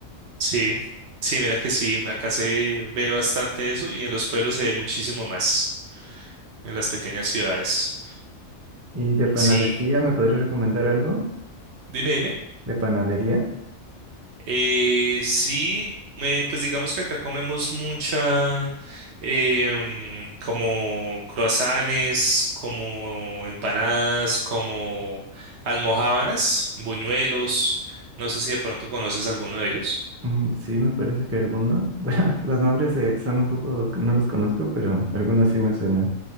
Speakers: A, on the right (about 60°); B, on the right (about 15°).
A: sí, sí, mira que sí, acá se ve bastante eso y en los pueblos se ve muchísimo más, en las pequeñas ciudades.
B: ¿Y de panadería
A: Sí.
B: me podrías recomendar algo?
A: Dime, dime.
B: ¿De panadería?
A: Eh, sí, eh, pues digamos que acá comemos mucha, em, como croissants, como empanadas, como almojábanas, buñuelos. No sé si de pronto conoces alguno de ellos.
B: Mm, sí, me parece que algunos. <laughs> Bueno, Los nombres eh, son un poco, no los conozco, pero algunos sí me suenan.